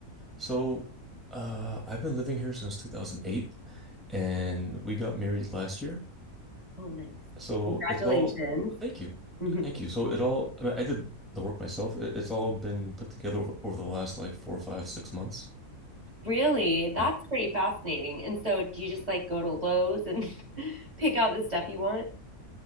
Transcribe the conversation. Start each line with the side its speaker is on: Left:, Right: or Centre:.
Centre: So, uh, I've been living here since 2008, and we got married last year.
Right: Oh, nice.
Centre: So
Right: Congratulations.
Centre: it's all, thank you.
Right: Mhm.
Centre: Thank you. So it all, I mean, I did the work myself. It, it's all been put together over, over the last like four or five, six months.
Right: Really? That's
Centre: Yeah.
Right: pretty fascinating. And so do you just like go to Lowe's and <laughs> pick out the stuff you want?